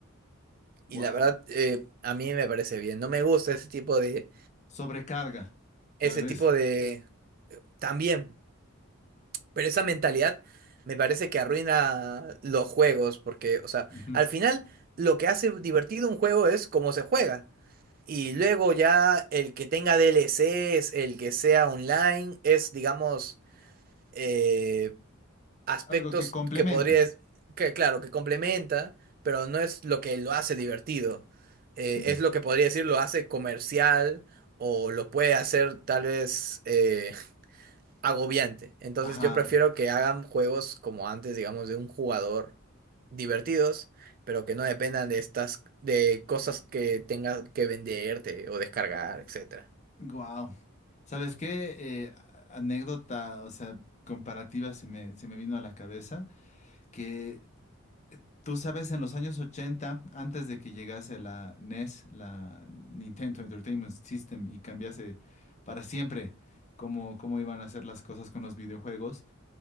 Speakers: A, on the left; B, on the right.
A: Wow.
B: Y la verdad, eh, a mí me parece bien. No me gusta ese tipo de,
A: Sobrecarga, tal
B: ese
A: vez.
B: tipo de, también. Pero esa mentalidad me parece que arruina los juegos, porque, o sea,
A: Ujú.
B: al final lo que hace divertido un juego es cómo se juega. Y luego ya el que tenga DLCs, el que sea online, es, digamos, eh, aspectos
A: Algo que complementa.
B: que podrías, que claro, que complementa, pero no es lo que lo hace divertido. Eh,
A: Sí.
B: es lo que podría decir lo hace comercial o lo puede hacer tal vez... eh, agobiante. Entonces
A: Ajá.
B: yo prefiero que hagan juegos como antes, digamos, de un jugador divertidos, pero que no dependan de estas, de cosas que tengas que venderte o descargar, etcétera.
A: Wow. ¿Sabes qué? Eh, a- anécdota, o sea, comparativa se me, se me vino a la cabeza que Tú sabes, en los años 80, antes de que llegase la NES, la Nintendo Entertainment System, y cambiase para siempre cómo, cómo iban a hacer las cosas con los videojuegos,